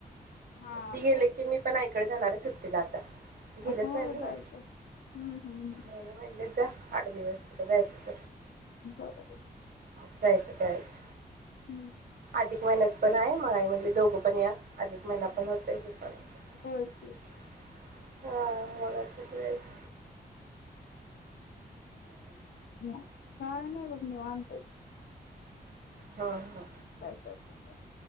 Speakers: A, on the left (about 80°); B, on the right (about 60°).
A: हा
B: ती गेले की मी पण ऐक ते जाणारच सुट्टीला आता गेलेच
A: होय
B: नाय न्हवं
A: जायचं हम्म हम्म
B: हेनी म्हणलेत जा आठ दिवस तुला जायचं
A: बर
B: तर. जायचं त्यावेळेस
A: हम्म
B: अधिक महिन्याचं पण हाय मग आई म्हणली दोघं पण या अधिक महिना पण होतंय, हे पण होतंय
A: होय की
B: हां मन थकलयंच
A: काय नाय बघ निवांत आहे
B: हा हा
A: काय चालतंय का?